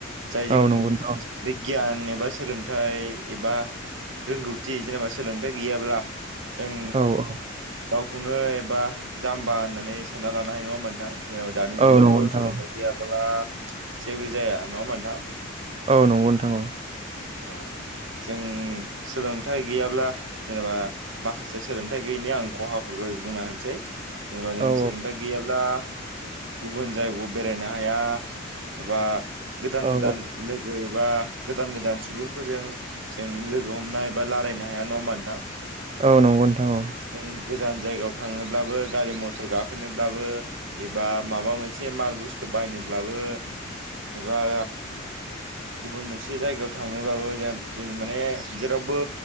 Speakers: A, on the right (about 65°); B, on the right (about 30°).
A: जाय
B: औ
A: जों
B: नंगौ नोंथां
A: बे गियान एबा सोलोंथाइ एबा रोंगौथि जेनेबा सोलोंथाइ गैयाब्ला जों
B: औ औ
A: गावखौनो एबा जाम्बा होननानै सानना लानो हायो नङा होमबा नोंथां जेनेबा दानि
B: औ
A: जुगावथ'
B: नंगौ नोंथां
A: सोलोंथायाइ गैयाब्ला जेबो जाया नङा होमबा नोंथां
B: औ नंगौ नोंथां औ
A: औ जों सोलोंथाइ गैयाब्ला जेनेबा माखासे सोलोंथाइ गैयैनि आं खहाफोरखौ बुंना होनोसै जेनेबा जों
B: औ
A: सोलोंथाइ गैयाब्ला गुबुन जायगायाव बेरायनो हाया एबा गोदान-गोदान
B: औ
A: ल एबा गोदान गोदान सुबुंफोरजों जों लोगो हमनाय बा रायलायनो हाया नङा ओमबा नोंथां
B: औ नंगौ नोंथां औ
A: जों गोजान जायगायाव थाङोब्लाबो गारि मथर गाखोनोब्लाबो एबा माबा मोनसे माल बुस्थु बायनोब्लाबो एबा गुबुन मोनसे जायगायाव थांनोबाबो जो जों माने जेरावबो